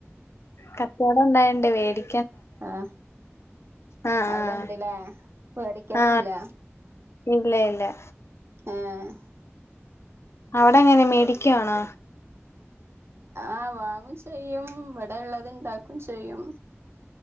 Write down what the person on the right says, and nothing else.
ആഹ്
അവിടെ ഇണ്ടല്ലേ പേടിക്കലൊന്നുല്ല
എഹ്
ആ വാങ്ങും ചെയ്യും ഇവിടെ ഉള്ളത് ഉണ്ടാക്കും ചെയ്യും.